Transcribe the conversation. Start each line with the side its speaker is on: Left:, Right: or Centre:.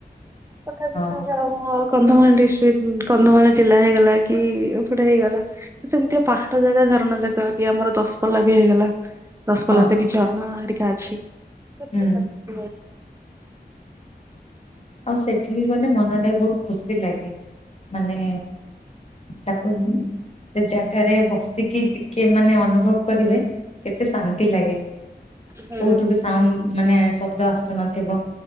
Right: ତଥାପି
Left: ହଁ
Right: ସେ ଯହା ହଉ କନ୍ଧମାଳ ଡିସ କନ୍ଧମାଳ ଜିଲ୍ଲା ହେଇଗଲା କି ଏପଟେ ହେଇଗଲା ସେମିତି ପାହାଡ ଜାଗା ଝରଣ ଜାଗା ଆମର ଦଶପଲ୍ଲା ବି ହେଇଗଲା ଦଶପଲ୍ଲା
Left: ହଁ
Right: ତେବି ଝରଣା ହେରିକା ଅଛି। <unintelligible>
Left: ହୁଁ ଆଉ ସେଠିକି ଗଲେ ମନଟା ବି ବହୁତ ଖୁସିଲାଗେ। ମାନେ ତାକୁ ସେ ଜାଗାରେ ବସିକି ଟିକେ ମାନେ ଅନୁଭବ କରିବେ କେତେ ଶାନ୍ତି ଲାଗେ।
Right: ହୁଁ
Left: କୋଉଠୁ ବି ସାଉଣ୍ଡ ମାନେ ଶବ୍ଦ ଆସୁନଥିବ